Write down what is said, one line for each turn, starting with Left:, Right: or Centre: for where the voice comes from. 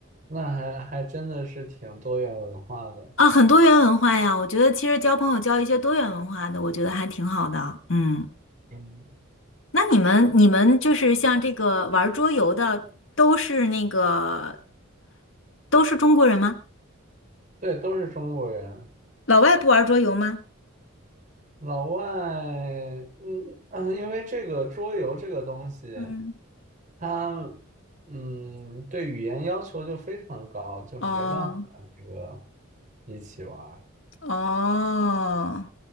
Right: 那还还真的是挺多元文化的，
Left: 啊，很多元文化呀，我觉得其实交朋友交一些多元文化的，我觉得还挺好的，嗯。
Right: 嗯
Left: 那你们你们就是像这个玩桌游的，都是那个都是中国人吗？
Right: 对，都是中国人，
Left: 老外不玩桌游吗？
Right: 老外嗯嗯，因为这个桌游这个东西，
Left: 嗯，
Right: 它嗯对语言要求就非常高，就没办法这个
Left: 哦
Right: 一起玩儿
Left: 哦，